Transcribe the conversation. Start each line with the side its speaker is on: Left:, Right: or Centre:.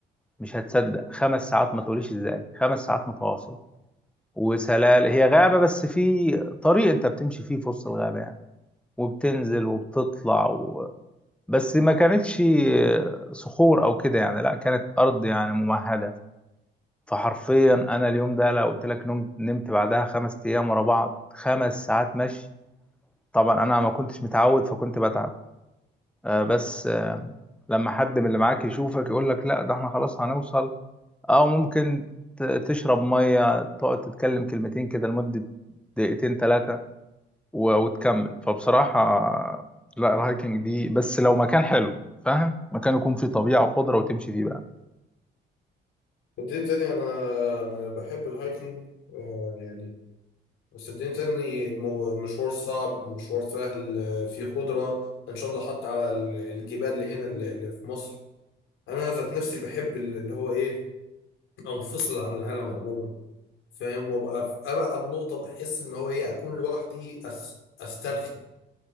Centre: مش هتصدق خمس ساعات ما تقوليش ازاي خمس ساعات متواصل وسلال هي غابة بس في طريق انت بتمشي فيه في وسط الغابة يعني وبتنزل وبتطلع و... بس ما كانتش صخور او كده يعني لا كانت ارض يعني ممهدة فحرفيا انا اليوم ده لو قلت لك نمت نمت بعدها خمس ايام ورا بعض خمس ساعات مشي طبعا انا ما كنتش متعود فكنت بتعب آه، بس آه، لما حد من اللي معاك يشوفك يقول لك لا ده احنا خلاص هنوصل او ممكن ت- تشرب مية تقعد تتكلم كلمتين كده لمدة دقيقتين ثلاثة و- وتكمل فبصراحة لا الهايكنج دي بس لو مكان حلو فاهم مكان يكون فيه طبيعة وخضرة وتمشي فيه بقى
Left: صدقني تاني أنا أنا بحب الهايكنج آه يعني بس صدقني تاني المو- المشوار صعب المشوار سهل آه، فيه خضرة إن شاء الله حتى على ال- الجبال اللي هنا اللي اللي في مصر أنا ذات نفسي بحب ال- اللي هو إيه أنفصل عن العالم عموما فاهم وأبقى في أبعد نقطة بحس إن هو إيه أكون لوحدي أس أسترخي